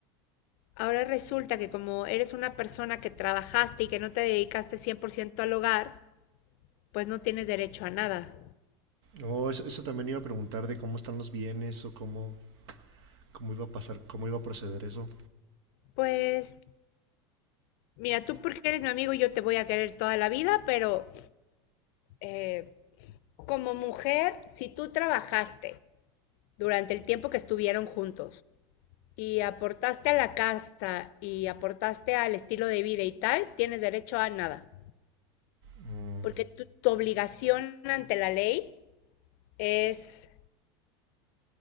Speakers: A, on the left (about 45°); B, on the right (about 70°).
A: ahora resulta que como eres una persona que trabajaste y que no te dedicaste 100% al hogar, pues no tienes derecho a nada.
B: Oh, eso, eso también iba a preguntar de cómo están los bienes o cómo, cómo iba a pasar, cómo iba a proceder eso.
A: Pues, mira, tú porque eres mi amigo y yo te voy a querer toda la vida, pero eh, como mujer, si tú trabajaste durante el tiempo que estuvieron juntos, y aportaste a la casa y aportaste al estilo de vida y tal, tienes derecho a nada.
B: Mm,
A: Porque tu, tu obligación ante la ley es